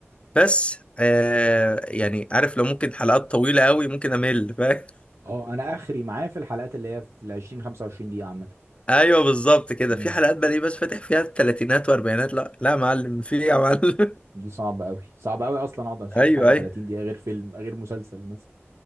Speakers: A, on the left; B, on the right.
A: بس آه يعني عارف لو ممكن حلقات طويلة قوي ممكن امل فاهم
B: آه، انا اخري معاه في الحلقات اللي هي في ال 20 25 دقيقه عامه
A: ايوه بالظبط كده
B: امم
A: في حلقات بلاقيه بس فاتح فيها الثلاثينات واربعينات لا لا يا معلم في ايه يا معلم
B: دي صعبه قوي صعبه قوي اصلا اقعد اشوف
A: <laughs> ايوه
B: حاجه 30
A: ايوه
B: دقيقه غير فيلم غير مسلسل مثلا